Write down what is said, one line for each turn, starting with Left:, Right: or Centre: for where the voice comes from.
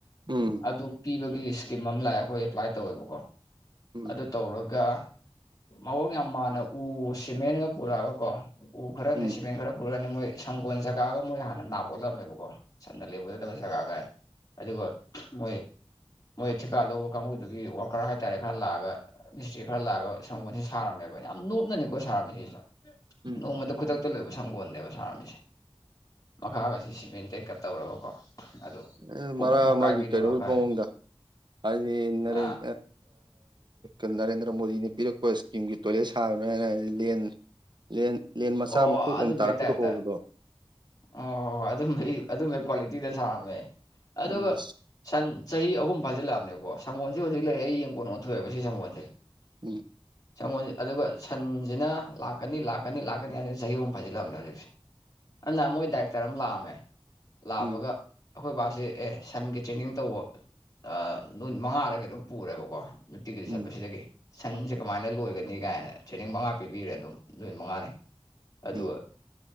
Right: ꯎꯝ
Left: ꯑꯗꯨ ꯄꯤꯕꯒꯤ ꯁ꯭ꯀꯤꯝ ꯑꯃ ꯂꯥꯛꯑꯦ ꯑꯩꯈꯣꯏ ꯑꯦꯄ꯭ꯂꯥꯏ ꯇꯧꯋꯦꯕꯀꯣ
Right: ꯎꯝ
Left: ꯑꯗꯨ ꯇꯧꯔꯒ ꯃꯑꯣꯡ ꯌꯥꯝ ꯃꯥꯟꯅ ꯎ ꯁꯤꯃꯦꯟꯠꯒ ꯄꯨꯔꯛꯑꯒꯀꯣ ꯎ ꯈꯔꯅꯦ
Right: ꯎꯝ
Left: ꯁꯤꯃꯦꯟꯠ ꯈꯔ ꯄꯨꯔꯛꯑꯅꯤ ꯃꯣꯏ ꯁꯪꯒꯣꯜ ꯖꯒꯥꯒ ꯃꯣꯏ ꯍꯥꯟꯅ ꯅꯥꯞ ꯑꯣꯜꯂꯝꯃꯦꯕꯀꯣ ꯁꯟꯅ ꯂꯦꯞꯍꯣꯏꯗꯕ ꯖꯒꯥ ꯀꯥꯏ ꯑꯗꯨꯒ ꯃꯣꯏ ꯃꯣꯏ ꯊꯤꯀꯥ ꯂꯧꯕ ꯀꯥꯡꯕꯨꯗꯨꯒꯤ ꯋꯥꯀꯔ ꯍꯥꯏꯇꯥꯔꯦ ꯈꯔ ꯂꯥꯛꯑꯒ ꯃꯤꯁꯇ꯭ꯔꯤ ꯈꯔ ꯂꯥꯛꯑꯒ ꯁꯪꯒꯣꯜꯁꯦ ꯁꯥꯔꯝꯃꯦꯕ ꯌꯥꯝ ꯅꯣꯞꯅꯅꯤꯀꯣ ꯁꯥꯔꯝꯃꯤ ꯁꯤꯁꯨ
Right: ꯎꯝ
Left: ꯅꯣꯡꯃꯗ ꯈꯨꯗꯛꯇ ꯂꯣꯏ ꯁꯪꯒꯣꯟꯅꯦꯕ ꯁꯥꯔꯝꯃꯤꯁꯦ ꯃꯈꯥꯒꯁꯦ ꯁꯤꯃꯦꯟꯇꯦꯠ ꯀ ꯇꯧꯔꯒꯀꯣ ꯑꯗꯨ
Right: ꯑꯦ
Left: ꯄꯣꯞ
Right: ꯃꯔꯥ
Left: ꯄꯣꯞ ꯄꯣꯞ
Right: ꯑꯃꯒꯤ
Left: ꯀꯥꯏꯕꯤꯅꯦꯕ
Right: ꯀꯩꯅꯣꯒꯤ
Left: ꯑꯩꯈꯣꯏ
Right: ꯃꯑꯣꯡꯗ ꯍꯥꯏꯗꯤ ꯔꯦꯛ
Left: ꯑꯥ
Right: ꯑ ꯅꯔꯦꯟꯗ꯭ꯔ ꯃꯣꯗꯤꯅ ꯄꯤꯔꯛꯄ ꯁ꯭ꯀꯤꯝꯒꯤ ꯇꯣꯏꯂꯦꯠ ꯁꯥꯕꯅꯦꯅ ꯂꯦꯝꯅ ꯂꯦꯟ ꯂꯦꯟ ꯃꯆꯥ
Left: ꯑꯣ
Right: ꯃꯀꯨꯞ
Left: ꯑꯗꯨꯝꯕꯩ
Right: ꯑꯃ ꯇꯥꯔꯛꯄꯗꯣ
Left: ꯇꯥꯏꯞꯇ
Right: ꯍꯣꯕꯗꯣ
Left: ꯑꯣ ꯑꯗꯨꯝꯕꯩ ꯑꯗꯨꯝꯕꯩ ꯀ꯭ꯋꯥꯂꯤꯇꯤꯗ ꯁꯥꯔꯝꯃꯦ ꯑꯗꯨꯒ
Right: ꯎꯝ
Left: ꯁꯟ ꯆꯍꯤ ꯑꯍꯨꯝ ꯐꯥꯖꯤꯜꯂꯛꯑꯕꯅꯦꯕꯀꯣ ꯁꯪꯒꯣꯜꯁꯦ ꯍꯧꯖꯤꯛ ꯂꯩꯔꯦ ꯑꯩ ꯌꯦꯟꯒꯣꯟ ꯑꯣꯟꯊꯣꯛꯑꯦꯕ ꯁꯤ ꯁꯪꯒꯣꯜꯁꯦ
Right: ꯎꯝ
Left: ꯁꯪꯒꯣꯜꯁꯦ ꯑꯗꯨꯒ ꯁꯟꯁꯤꯅ ꯂꯥꯛꯀꯅꯤ ꯂꯥꯛꯀꯅꯤ ꯂꯥꯛꯀꯅꯤ ꯍꯥꯏꯅ ꯆꯍꯤ ꯑꯨꯝ ꯐꯥꯖꯤꯜꯂꯛꯂꯕꯅꯦ ꯍꯧꯖꯤꯛꯁꯦ ꯈꯪꯗꯦ ꯃꯣꯏ ꯗꯥꯏꯔꯦꯛꯇꯔ ꯑꯃ ꯂꯥꯛꯑꯝꯃꯦ ꯂꯥꯛꯑꯝꯃꯒ
Right: ꯎꯝ
Left: ꯑꯩꯈꯣꯏ ꯕꯥꯁꯦ ꯑꯦ ꯁꯟꯒꯤ ꯇ꯭ꯔꯦꯅꯤꯡ ꯇꯧꯕ ꯑ ꯅꯨꯃꯤꯠ ꯃꯉꯥꯔ ꯀꯩꯅꯣꯝ ꯄꯨꯔꯦꯕꯀꯣ ꯅꯨꯡꯇꯤꯒꯤꯗꯤ
Right: ꯎꯝ
Left: ꯆꯠꯄ ꯁꯤꯗꯒꯤ ꯁꯟꯁꯦ ꯀꯃꯥꯏꯅ ꯂꯣꯏꯒꯅꯤ ꯀꯥꯏꯅ ꯇ꯭ꯔꯦꯅꯤꯡ ꯃꯉꯥ ꯄꯤꯕꯤꯔꯦ ꯑꯗꯨꯝ ꯅꯨꯃꯤꯠ ꯃꯉꯥꯅꯤ ꯑꯗꯨꯒ
Right: ꯎꯝ